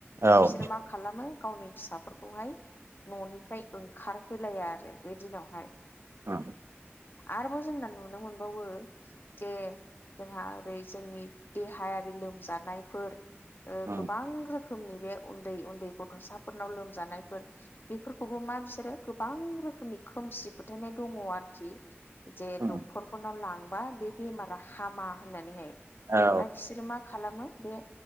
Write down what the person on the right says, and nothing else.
औ
औ।
उम
उम
औ